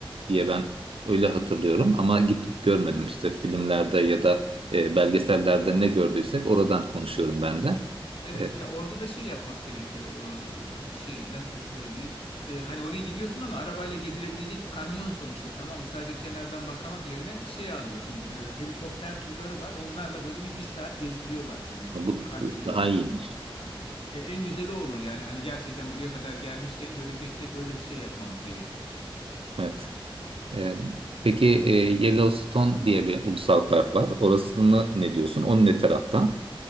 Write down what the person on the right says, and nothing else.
diye ben öyle hatırlıyorum. Ama gitip görmedim işte filmlerde ya da e, belgesellerde ne gördüysek oradan konuşuyorum ben de.
E,
bu
bu daha
iyiymiş.
Evet. Ee, peki e, Yellowstone diye bir ulusal park var. Orasını ne diyorsun? Onun ne tarafta?